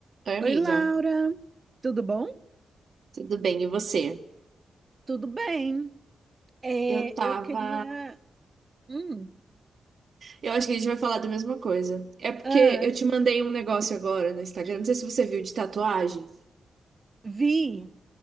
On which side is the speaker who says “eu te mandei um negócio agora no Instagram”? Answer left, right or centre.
Right